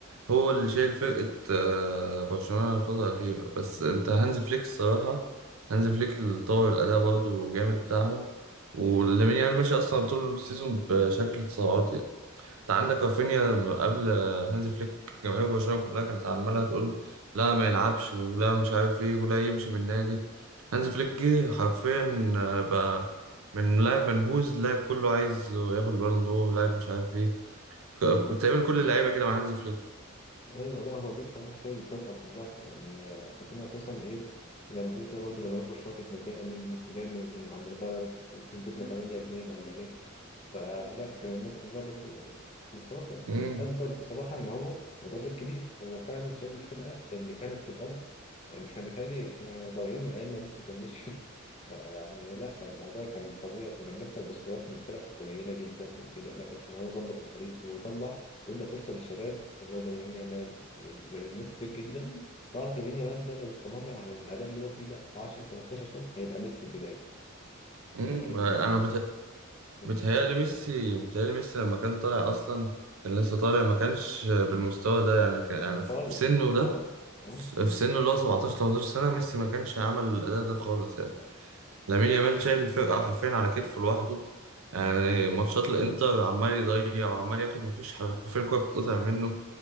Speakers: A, on the right (about 85°); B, on the left (about 30°).
A: هو اللي شايل فرقه آه، برشلونه الفتره الاخيره بس انت هانز فليك الصراحه هانز فليك اللي طور الاداء برضه جامد بتاعهم ولامين يامال ماشي اصلا طول السيزون بشكل تصاعدي انت عندك رافينيا قبل هانز فليك جماهير برشلونة كلها كانت عمالة تقول لا ما يلعبش ولا مش عارف ايه ولا يمشي من النادي هانز فليك جه حرفيا آه، بقى من لاعب منبوذ لاعب كله عايز ياخد البالون دور لاعب مش عارف ايه
B: بالظبط
A: ك- تقريبا كل اللعيبة كده مع هانز فليك
B: ايوه لا هو جه بصراحه شايل الفرقه كلها يعني آه، احنا كنا اساسا ايه زي ما تقول كده برضه جماهير برشلونه كانت متضايقه منه جاي من, من عند البايرن وكسبتنا 8 2 ولا ايه فلا كان الناس كلها برضه بس هو يعني
A: امم
B: اثبت بصراحه ان هو مدرب كبير هو فعلا شايل الفرقه اللي كانت في الارض يعني احنا بيتهيألي احنا ضايعين من ايام ما ميسي كان مشي <laughs> فيعني لا الموضوع كان فظيع وكنا بنخسر بسكورات من فرق قليله جدا وكده لا كان هو ظبط الفريق وطلع وادى فرصه للشباب اللي هو زي يمين يامال وزي زي ناس كتير جدا تعرف يمين يامال ده لو استمر على الاداء اللي هو فيه ده 10 15 سنه هيبقى ميسي اللي جاي
A: امم
B: لكن
A: انا بت...
B: آه،
A: بتهيألي ميسي بتهيألي ميسي لما كان طالع اصلا كان لسه طالع ما كانش بالمستوى ده يعني كان يعني في
B: خالص
A: سنه ده
B: اه اه
A: في سنه اللي هو 17 18 سنة ميسي ما كانش عمل الأداء ده خالص يعني لامين يامال شايل الفرقة حرفيا على كتفه لوحده يعني ماتشات الإنتر عمال يضيع وعمال ياخد مفيش حرفيا كورة بتتقطع منه